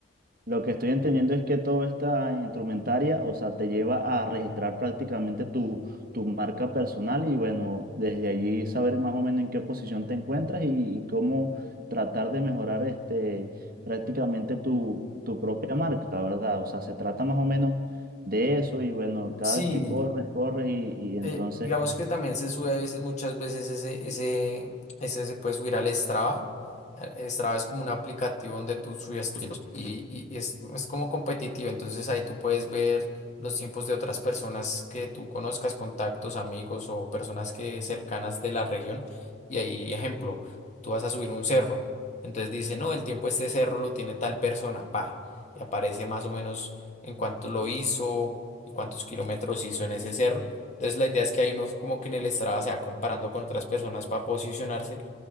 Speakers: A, on the right; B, on the left.
A: Lo que estoy entendiendo es que toda esta instrumentaria, o sea, te lleva a registrar prácticamente tu, tu marca personal y bueno, desde allí saber más o menos en qué posición te encuentras y, y cómo tratar de mejorar este, prácticamente tu, tu propia marca, ¿verdad? O sea, se trata más o menos de eso y bueno, cada
B: Sí,
A: vez que corres, corres y, y entonces
B: eh, digamos que también se sube a veces, muchas veces ese, ese, ese se puede subir al Strava. Eh, Strava es como un aplicativo donde tú subes tus tiempos y, y- y es, es como competitivo. Entonces ahí tú puedes ver los tiempos de otras personas que tú conozcas, contactos, amigos o personas que cercanas de la región. Y ahí, ejemplo, tú vas a subir un cerro. Entonces dice, no, el tiempo de este cerro lo tiene tal persona, pa. Y aparece más o menos en cuánto lo hizo y cuántos kilómetros hizo en ese cerro. Entonces la idea es que hay uno como que en el Strava se va comparando con otras personas para posicionarse